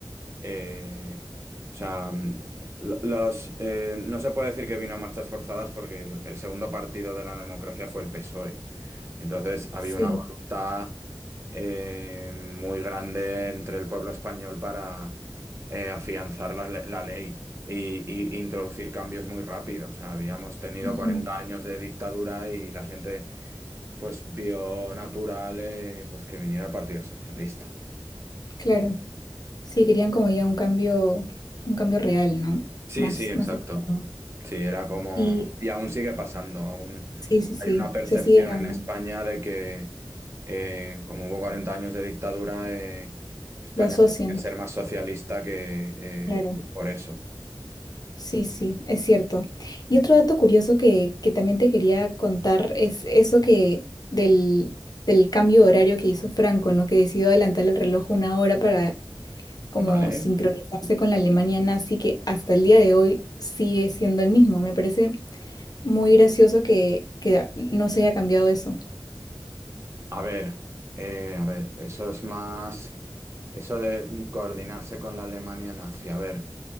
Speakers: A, on the right; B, on the left.
A: eh, o sea, mm, lo- los, eh, no se puede decir que vino a marchas forzadas porque el, el segundo partido de la democracia fue el PSOE. Entonces había
B: sí.
A: una voluntad eh, muy grande entre el pueblo español para eh, afianzar la, le- la ley y, y introducir cambios muy rápidos. O sea, habíamos tenido
B: Ujú.
A: 40 años de dictadura y la gente pues vio natural eh, pues que viniera el Partido Socialista.
B: Claro, sí, querían como ya un cambio, un cambio real, ¿no?
A: Sí,
B: Más,
A: sí, exacto.
B: más extremo.
A: Sí, era como,
B: Y
A: y aún sigue pasando, aún
B: Sí, sí, sí,
A: hay una percepción
B: se sigue dando,
A: en España de que eh, como hubo 40 años de dictadura, eh, España
B: lo asocian,
A: tiene que ser más socialista que eh,
B: claro.
A: por eso.
B: Sí, sí, es cierto. Y otro dato curioso que, que también te quería contar es eso que del, del cambio de horario que hizo Franco, ¿no? Que decidió adelantar el reloj una hora para como
A: Vale.
B: sincronizarse con la Alemania nazi, que hasta el día de hoy sigue siendo el mismo. Me parece muy gracioso que, que no se haya cambiado eso.
A: A ver, eh, a ver, eso es más, eso de mm, coordinarse con la Alemania nazi, a ver.